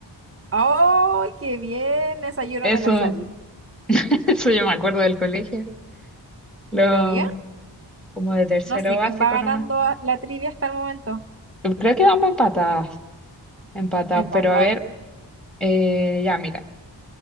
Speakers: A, on the right (about 30°); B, in the centre.
A: ¡Ay, qué bien! Esa yo no
B: Eso,
A: me la sabía.
B: <laughs> eso yo me acuerdo del colegio, lo,
A: Pero bien,
B: como de tercero
A: no sé
B: básico
A: quién va ganando
B: nomás.
A: a- la trivia hasta el momento.
B: Creo que vamos empatadas, empatados,
A: Empatado.
B: pero a ver, eh, ya mira.